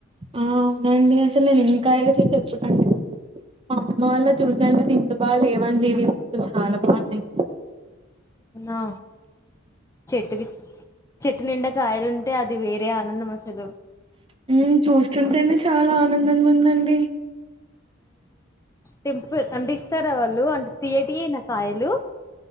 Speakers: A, on the right; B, on the left.
A: ఆ అవునండి అసలు నేను ఎన్ని కాయలో చెప్పనండి మా అమ్మ వాళ్ళ చూసి ది ఇంత బాగా లేవండి ఇవి చాలా బావున్నాయి.
B: ఆ చెట్టుకి చెట్టు నిండా కాయలుంటే అది వేరే ఆనందం అసలు
A: హ్మ్ చూస్తుంటేనే చాలా ఆనందంగా ఉందండి.
B: టెంపుల్ అంటే ఇస్ ఇస్తారా వాళ్ళు అంత తియ్యటియేనా కాయలు.